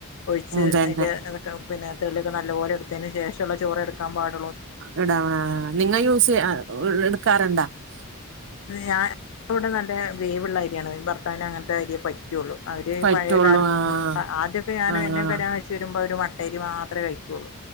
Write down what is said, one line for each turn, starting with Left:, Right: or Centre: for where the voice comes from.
Left: ഒഴിച്ച്
Right: അതന്നെ
Left: അയിന്റെ ത പിന്നെ തെളിവ്‌ നല്ല പോലെ എടുത്തതിന് ശേഷമുള്ള ചോറ് എടുക്കാൻ പാടു
Right: എടാ നിങ്ങ യൂസ് എടുക്കാറ്ണ്ടോ <unintelligible>
Left: ഞാൻവിടെ നല്ല വേവുള്ളര്യാണ് ത്താൻ അങ്ങനത്തെ കാര്യേ പറ്റുകുള്ളൂ അവര്
Right: പറ്റുള്ളൂ
Left: പഴയ കാലത്ത്
Right: ആഹ്
Left: ആദ്യൊക്കെ ഞാന്
Right: ആഹ്
Left: എന്നെ കല്യാണം ക യിച് ചു വരുമ്പോ ഒരു മട്ടേരി മാത്രെ കഴി ക്കുള്ളൂ